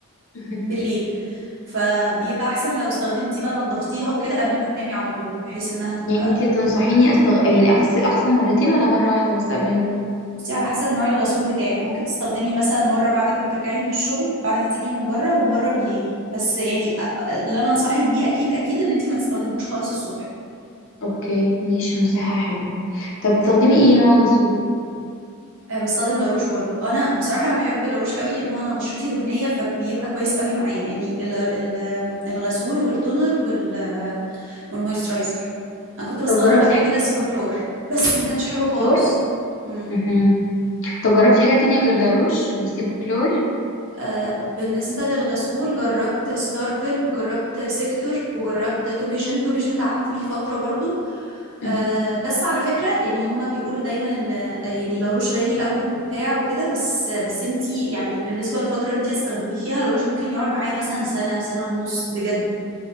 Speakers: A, on the left; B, on the right.
A: مهم.
B: بالليل فبيبقى احسن لو استخدمتي بقى نظفتيها وكده قبل ما تنامي على طول بحيث انها تبقى
A: يعني انتي تنصحيني أستغ... يعني أغس- اغسل مرتين ولا مرة واحدة بس قبل النوم
B: بصي على حسب نوع الغسول بتاعك ممكن تستخدمي مثلا مرة بعد ما بترجعي من الشغل بعد ما تيجي من بره ومرة بالليل بس يعني أ- اللي انا انصحك بيه اكيد اكيد ان انت ما تستخدمهوش خالص الصبح
A: اوكي ماشي نصيحة حلوة طب بتستخدمي ايه نوع غسول
B: آه، بستخدم لاروش برضو انا بصراحه انا بحب لاروش قوي انه انا بشرتي دهنيه فبيبقى كويس قوي معايا يعني ال- ال- الغسول والتونر وال والمويسترايزر انا كنت بستخدم
A: طب جربتي
B: قبل
A: حاجة
B: كده سيباكلور بس ما كانش حلو خالص
A: كلور
B: امم
A: مهم. طب جربتي حاجة تانية غير لاروش وسيبو كلور
B: آه، بالنسبة للغسول جربت ستارفل وجربت سيكتور وجربت توبي جين توبي جين قعدت بيه فترة برضو
A: مهم.
B: آه، بس على فكرة يعني هما بيقولوا دايما ان آه، يعني لاروش غالي قوي وبتاع وكده بس آه، بس انتي يعني بالنسبة للفترة اللي انتي هتستخدميه فيها لاروش ممكن يقعد معايا مثلا سنة سنة ونص بجد